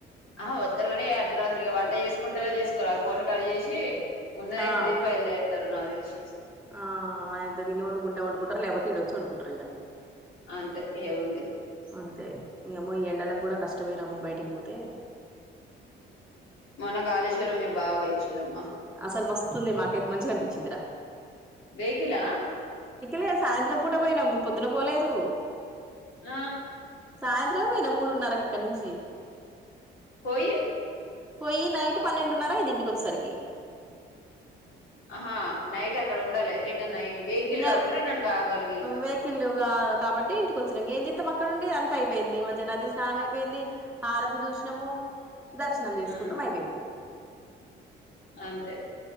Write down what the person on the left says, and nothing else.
ఆహ వత్తరు కానీ ఏ అర్ధరాత్రి ఇక వంట చేసుకుంటరో చేసుకోరో ఆ కోడిని కట్ చేసి ఉన్నయంత
తిని బయలు దేరుతారు నాకు తెలిసి
అంతే ఏముంది
మొన్న కాళేశ్వరం మీ బావ పోయి వచ్చిరు అమ్మా
వెహికిలా
ఆ
పొయ్యి
ఆ నైట్ అక్కడ ఉండలే రిటర్న్ అయ్యిళ్ళు వెహికల్
కాబట్టి రిటర్న్ కాగలిగి ఇళ్ళు
ఉమ్
అంతే